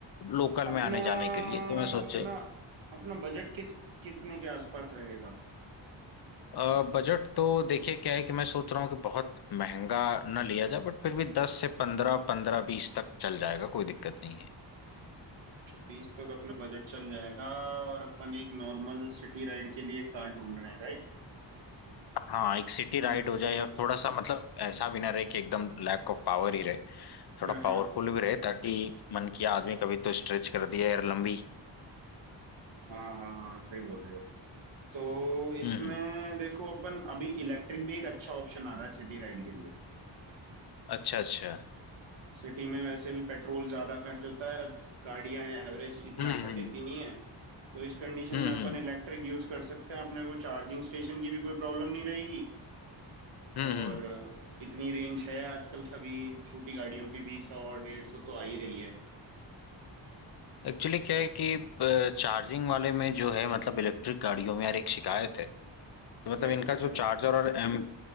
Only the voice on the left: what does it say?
लोकल
में आने जाने के लिए तो मैं सोचे
अ, बजट तो देखिए क्या है कि मैं सोच रहा हूँ कि बहुत महंगा ना लिया जाए बट फिर भी दस से पंद्रह पंद्रह बीस तक चल जाएगा कोई दिक्कत नहीं है
हाँ एक सिटी
राइड हो जाए या थोड़ा सा मतलब ऐसा भी ना रहे कि एकदम लैक ऑफ पावर ही रहे थोड़ा
पावरफुल भी रहे ताकि मन किया आदमी कभी तो स्ट्रेच कर दिया यार लंबी
हम्म हम्म
अच्छा अच्छा
हम्म
हम्म
हम्म
हम्म
एक्चुअली क्या है कि चार्जिंग वाले में जो है मतलब इलेक्ट्रिक गाड़ियों में यार एक शिकायत है कि मतलब
इनका
जो
चार्जर और एम